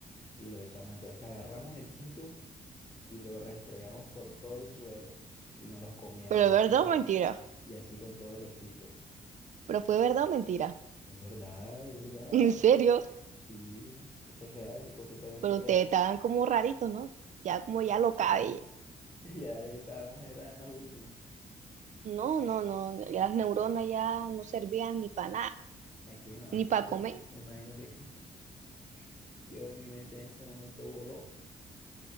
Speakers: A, on the left; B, on the right.
A: Lo echamos, entonces que agarramos el chito y lo restregamos por todo el suelo sh, y nos los comíamos
B: Pero
A: y así
B: verdad
A: con,
B: o mentira.
A: y así con todos los chitos.
B: Pero fue verdad o mentira.
A: Es verdad, es verdad.
B: ¿En serio?
A: Sí, eso es real, completamente
B: pero
A: real.
B: ustedes estaban como raritos, ¿no? Ya como ya lo cabe.
A: <laughs> Ya estábamos, era en las últimas.
B: No, no, no, las neuronas ya no servían ni para nada,
A: Es que no,
B: ni
A: es que
B: para
A: yo
B: comer.
A: me imagino que <laughs> yo en mi mente en ese momento voló.